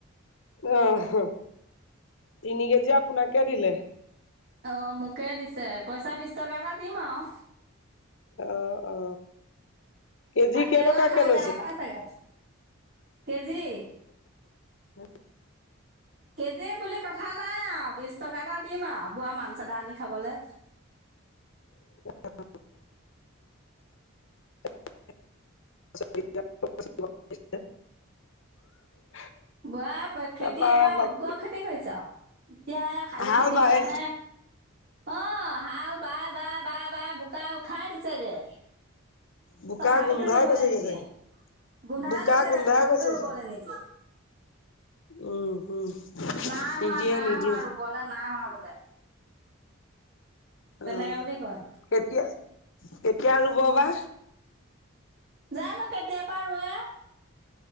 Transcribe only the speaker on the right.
অ, মোকে দিছে পইচা বিশ টকা এটা দিম আৰু।
ভাত
কেৰেলা খাই
বেয়া পাই চাগে কেজি?
কেজি বুলি কথা নাই আৰু বিশ টকা এটা দিম আৰু বুঢ়া মানচেদা আনি খাবলে।
বুৰাৰ
খেতি এবাৰ
উগ্ৰ খেতি কৰিছে। এতিয়া এই শালি
খেতিৰ
কাৰণে অ, হাল বায়, বায়, বায়, বায় বোকা উঠাই দিছেগে।
তথাপিতো
ৰুবলৈ
নিদিয়ে।
গোন্ধাই
গৈছেগে
তথাপিতো
ৰুবলৈ নিদিয়ে।
নাই
হোৱা, নাই
হোৱা ৰুবলৈ নাই হোৱা বোলে। তেনেকে
বুলি কয়
জানো কেতিয়া পৰা ৰোৱে।